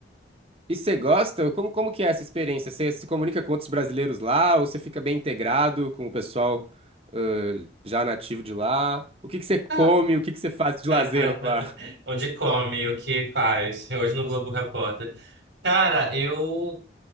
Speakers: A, on the right; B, on the right.
A: E você gosta? Como, como que é essa experiência? Você se comunica com outros brasileiros lá ou você fica bem integrado com o pessoal ãh, já nativo de lá? O que que você come?
B: Ah,
A: O que que você faz de lazer
B: <laughs>
A: lá?
B: Onde come, o que faz. Hoje no Globo Repórter. Cara, eu,